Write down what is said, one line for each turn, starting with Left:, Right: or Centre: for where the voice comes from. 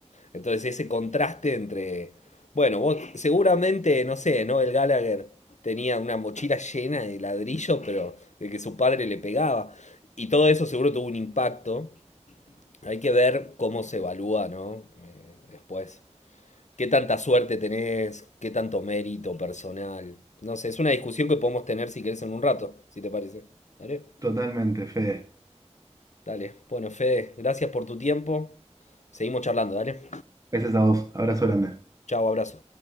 Left: Entonces ese contraste entre, bueno, vos seguramente, no sé, ¿no? El Gallagher tenía una mochila llena de ladrillos, pero de que su padre le pegaba. Y todo eso seguro tuvo un impacto hay que ver cómo se evalúa, ¿no? Eh, después. ¿Qué tanta suerte tenés? ¿Qué tanto mérito personal? No sé, es una discusión que podemos tener si querés en un rato, si te parece. Dale.
Right: Totalmente, Fede.
Left: Dale. Bueno, Fede, gracias por tu tiempo. Seguimos charlando, dale.
Right: Gracias a vos. Abrazo grande.
Left: Chao, abrazo.